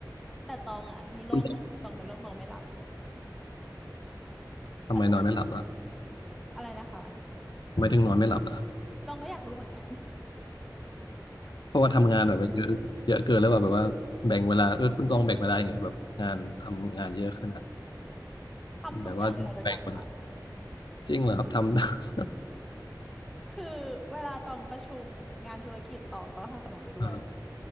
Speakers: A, in the centre; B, on the left.
A: แต่ตองอ่ะมีโรคหนึงคือตองเป็นโรคนอนไม่หลับ
B: คุณ
A: เพราะฉะนั้น
B: ทำไมนอนไม่หลับล่ะ
A: อะไรนะคะ
B: ทำไมถึงนอนไม่หลับล่ะ
A: ตองก็อยากรู้เหมือนกัน
B: เพราะว่าทำงานแบบว่าเยอะเยอะเกินแล้วแบบว่าแบ่งเวลาเออคุณต้องแบ่งเวลายังไงแบบงานทำงานเยอะขนาดนี้
A: <laughs> ทำทุกอย่างในเวลาเดียวกันค่ะ
B: แบบว่าแบ่งเวลาจริงเหรอครับทำ
A: คือเวลาตองประชุมงานธุรกิจตองตองก็ทำขนมไปด้วย
B: <laughs>